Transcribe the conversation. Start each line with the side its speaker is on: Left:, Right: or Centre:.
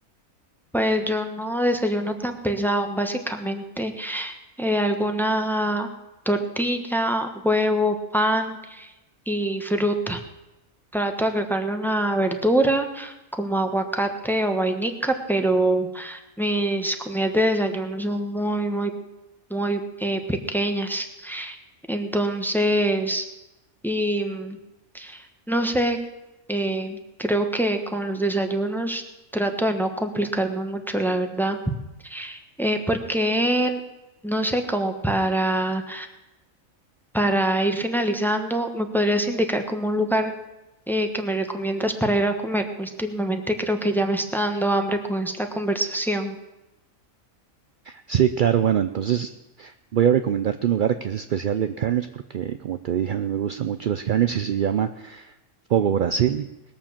Centre: Pues yo no desayuno tan pesado, básicamente eh, alguna tortilla, huevo, pan y fruta. Trato de agregarle una verdura como aguacate o vainica, pero mis comidas de desayuno son muy, muy, muy eh, pequeñas. Entonces, y mm, no sé, eh, creo que con los desayunos trato de no complicarme mucho, la verdad, eh, porque no sé, como para para ir finalizando, ¿me podrías indicar como un lugar eh, que me recomiendas para ir a comer? Últimamente creo que ya me está dando hambre con esta conversación.
Right: Sí, claro, bueno, entonces voy a recomendarte un lugar que es especial en Carnes porque como te dije, a mí me gustan mucho las carnes y se llama Fogo Brasil.